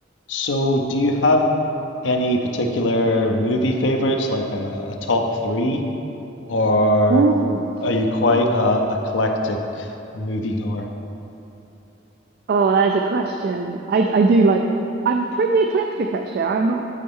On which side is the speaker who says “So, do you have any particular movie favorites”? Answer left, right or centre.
Left